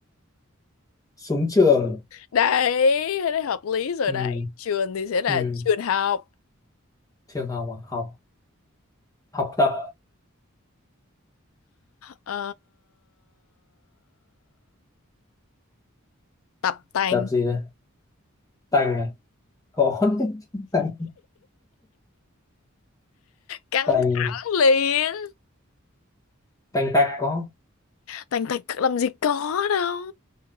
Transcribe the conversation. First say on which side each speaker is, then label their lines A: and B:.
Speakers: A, on the left (about 15°); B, on the left (about 75°).
A: súng trường
B: Đấy, thế này hợp lý rồi
A: ừ,
B: đấy. Trường thì sẽ là
A: ừ.
B: trường học.
A: trường học à? học học tập
B: Ờ, tập tành
A: tập gì đây tành này có <laughs> đấy. tành
B: căng
A: tành
B: thẳng liền.
A: tành tạch có không?
B: Tành tạch làm gì có đâu.